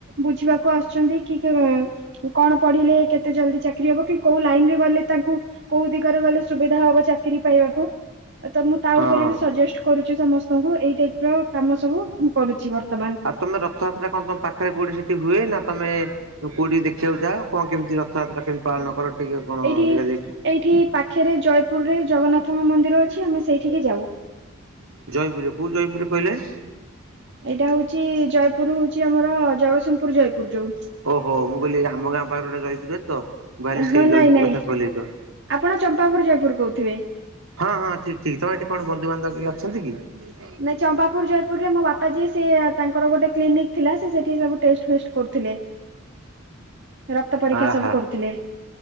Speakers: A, on the right (about 55°); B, on the right (about 80°).
A: ବୁଝିବାକୁ ଆସୁଛନ୍ତି କିକି ଉଁ କଣ ପଢ଼ିଲେ କେତେ ଜଲ୍ଦି ଚାକିରି ହବ କି କୋଉ ଲାଇନ ରେ ଗଲେ ତାଙ୍କୁ କୋଉ ଦିଗରେ ଗଲେ ସୁବିଧା ହବ ଚାକିରି ପାଇବାକୁ। ତ ମୁଁ ତା
B: ହଁ
A: ଉପରେ ବି ସଜେଷ୍ଟ କରୁଛି ସମସ୍ତଙ୍କୁ, ଏଇ ଟାଇପ୍ ର କାମ ସବୁ ମୁଁ କରୁଛି ବର୍ତ୍ତମାନ।
B: ଆଉ ତମେ ରଥଯାତ୍ରା କଣ ତମ ପାଖରେ କଉଠି ସେଠି ହୁଏ, ନା ତମେ ତୁ କୋଉଠିକି ଦେଖିବାକୁ ଯା କଣ କେମିତି ରଥଯାତ୍ରା କେମିତି ପାଳନ କର ଟିକେ କଣ
A: ଏଇଠି
B: ଦେଖା, ଇ
A: ଏଇଠି ପାଖେରେ ଜୟପୁରରେ ଜଗନ୍ନାଥଙ୍କ ମନ୍ଦିର ଅଛି ଆମେ ସେଇଠିକି ଯାଉ।
B: ଜୟପୁରରେ କୋଉ ଜୟପୁରରେ କହିଲେ?
A: ଏଇଟା ହଉଛି ଜୟପୁର ହଉଛି ଆମର ଜଗତସିଂହପୁର ଜୟପୁର ଯୋଉ।
B: ଓହୋ! ମୁଁ କହିଲି ଆମ ଗାଁ ପାଖରେ ଗୋଟେ ଜୟପୁର ଅଛି ମୁଁ ତ। ଭାବିଲି ସେଇ
A: ହଁ
B: ଜୟପୁର
A: ନାଇଁ ନାଇଁ
B: କଥା କହିଲେ କି କଣ?
A: ଆପଣ ଚମ୍ପାପୁର ଜୟପୁର କହୁଥିବେ।
B: ହଁ ହଁ ଠିକ୍ ଠିକ୍ ତମେ ଏଠି କଣ ବନ୍ଧୁବାନ୍ଧବ କିଏ ଅଛନ୍ତି କି?
A: ନାଇ ଚମ୍ପାପୁର ଜୟପୁରରେ ମୋ ବାପା ଯିଏ ସିଏ ତାଙ୍କର ଗୋଟେ କ୍ଲିନିକ ଥିଲା ସେ ସେଠି ଟେଷ୍ଟ ଫେଷ୍ଟ କରୁଥିଲେ। ରକ୍ତ ପରୀକ୍ଷା
B: ଆ
A: ସବୁ
B: ହା
A: କରୁଥିଲେ,